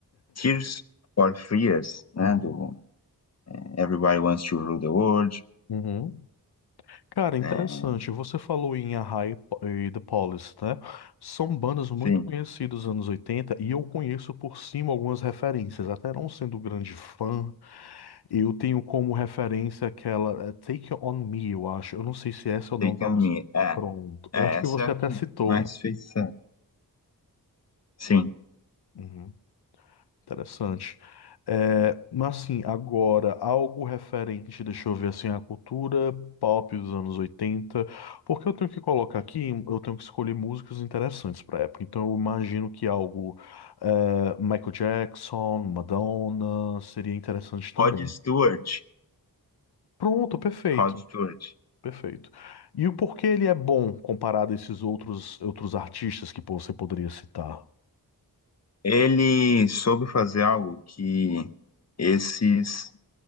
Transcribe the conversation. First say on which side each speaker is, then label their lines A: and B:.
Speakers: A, on the left; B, on the left.
A: Tears for Fears, né?
B: Uhum.
A: Do é, Everybody Wants to Rule the World.
B: Uhum. Cara, interessante.
A: É,
B: Você falou em a Arrai e The Police, né? São bandas muito
A: enfim,
B: conhecidas dos anos 80 e eu conheço por cima algumas referências. Até não sendo grande fã, eu tenho como referência aquela eh, Take On Me, eu acho. Eu não sei se essa é o nome
A: Take
B: da
A: On
B: música.
A: Me. É,
B: Pronto.
A: é,
B: Eu acho
A: essa
B: que você
A: é a
B: até
A: que
B: citou,
A: mais
B: né?
A: fez sucesso. Sim.
B: Uhum. Interessante. É, mas assim, agora, algo referente, deixa eu ver assim, a cultura pop dos anos 80 porque eu tenho que colocar aqui, eu tenho que escolher músicas interessantes para época. Então eu imagino que algo é, Michael Jackson, Madonna, seria interessante também.
A: Rod Stewart.
B: Pronto, perfeito,
A: Rod Stewart.
B: perfeito. E o porquê ele é bom comparado a esses outros outros artistas que pô, você poderia citar?
A: Ele soube fazer algo que esses